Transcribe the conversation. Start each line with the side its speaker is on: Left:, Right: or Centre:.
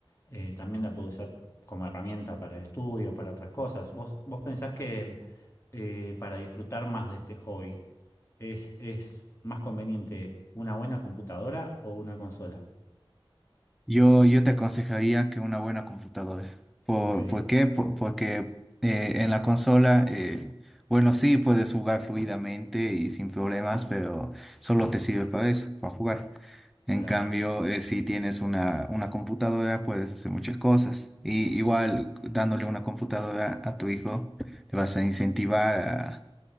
Left: eh, también la puede usar como herramienta para el estudio, para otras cosas. ¿Vos, vos pensás que eh, para disfrutar más de este hobby? ¿Es, es más conveniente una buena computadora o una consola?
Centre: Yo, yo te aconsejaría que una buena computadora. ¿Por,
Left: Ok,
Centre: por qué? Por- porque eh, en la consola, eh, bueno, sí puedes jugar fluidamente y sin problemas, pero solo te sirve para eso, para jugar.
Left: claro.
Centre: En cambio, eh, si tienes una, una computadora, puedes hacer muchas cosas. Y igual, dándole una computadora a tu hijo, le vas a incentivar a,